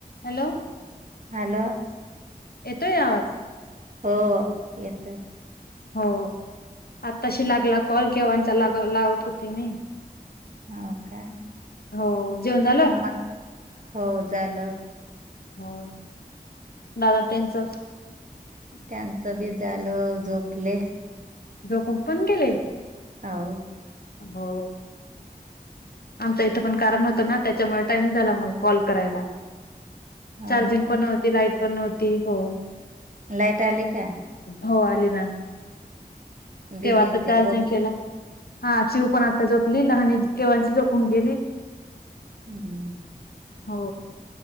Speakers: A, on the left; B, on the right.
A: हॅलो
B: हॅलो
A: येतोय आवाज?
B: हो येतंय
A: हो आताशी लागला कॉल, केंव्हाचा लाग लावत होते मी?
B: हो का.
A: हो. जेवण झालं?
B: म हो झालं.
A: हो दादा त्यांचं?
B: त्यांचं बी झालं झोपले
A: झोपून पण केलय
B: हो
A: हो आमच्या इथं पण कारण होतं ना, त्याच्यामुळे टाइम झाला मग कॉल करायला
B: हो
A: चार्जिंग
B: का
A: पण नव्हती लाईट पण नव्ह ते हो.
B: लाईट आली का?
A: हो आली ना.
B: दिदी
A: तेव्हा आता
B: न ते
A: चार्जिंग
B: झोपले?
A: केलं. हा शिव पण आता झोपली लहान केव झोपून गेली
B: हम्म
A: हो